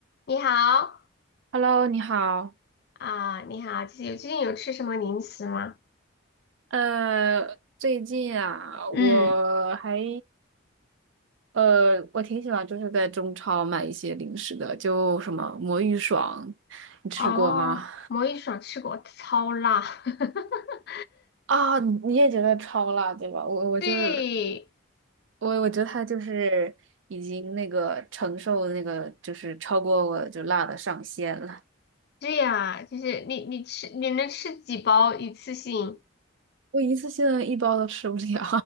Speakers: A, on the left; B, on the right.
A: 你好
B: Hello，你好。
A: 啊，你好，就是有最近有吃什么零食吗？
B: 呃，最近啊，
A: 嗯，
B: 我还呃，我挺喜欢就是在中超买一些零食的，就什么魔芋爽，你吃过吗？
A: 哦，魔芋爽吃过，超辣。<laughs>
B: 啊，你你也觉得超辣，对吧？我我就是
A: 对，
B: 我，我觉得它就是已经那个承受那个就是超过我就辣的上限了。
A: 对呀，就是你你吃你能吃几包一次性？
B: 我一次性的一包都吃不了，